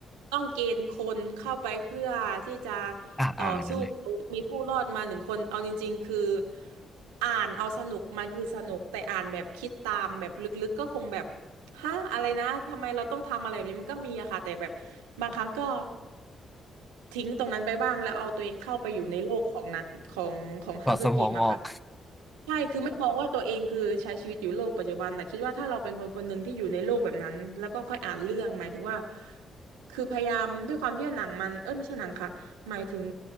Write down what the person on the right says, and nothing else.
ต้องเกณฑ์คนเข้าไปเพื่อที่จะ
ต่อสู้กับมีผู้รอดมาหนึ่งคนเอาจริงๆคืออ่านเอาสนุกมันคือสนุกแต่อ่านแบบคิดตามแบบลึกๆก็คงแบบฮะอะไรนะทำไมเราต้องทำอะไรแบบนี้มันก็มีอะค่ะแต่แบบบางครั้งก็ทิ้งตรงนั้นไปบ้างแล้วเอาตัวเองเข้าไปอยู่ในโลกของนั้นของของฮังเกอร์เกมอะค่ะ
ใช่คือไม่มองว่าตัวเองคือใช้ชีวิตอยู่โลกปัจจุบัน แต่คิดว่าถ้าเราเป็นคนคนหนึ่งที่อยู่ในโลกแบบนั้นแล้วก็ค่อยอ่านเรื่องหมายถึงว่าคือพยายามด้วยความที่ว่าหนังมันเออไม่ใช่หนังค่ะหมายถึง